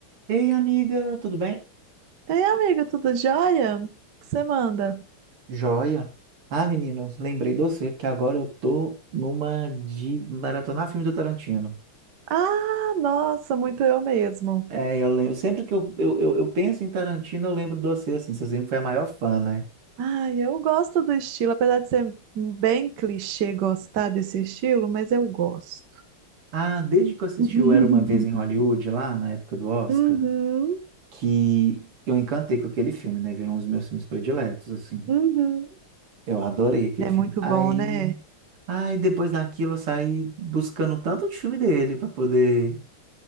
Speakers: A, on the right; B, on the right.
A: Ei, amiga, tudo bem?
B: Ei, amigo, tudo jóia? O que você manda?
A: Joia. Ah, menino, lembrei de você, porque agora eu tô numa de maratonar filme do Tarantino.
B: Ah, nossa, muito eu mesmo.
A: É, eu lembro, sempre que eu, eu, eu, eu penso em Tarantino, eu lembro de você, assim, você sempre foi a maior fã, né?
B: Ai, eu gosto do estilo, apesar de ser bem clichê gostar desse estilo, mas eu gosto.
A: Ah, desde que eu assisti
B: <laughs>
A: o Era Uma Vez em Hollywood, lá na época do Oscar,
B: Uhum,
A: que eu encantei com aquele filme, né? Virou um dos meus filmes prediletos, assim.
B: uhum.
A: Eu adorei aquele
B: É
A: filme.
B: muito
A: Aí,
B: bom, né?
A: aí depois daquilo eu saí buscando tanto de filme dele pra poder,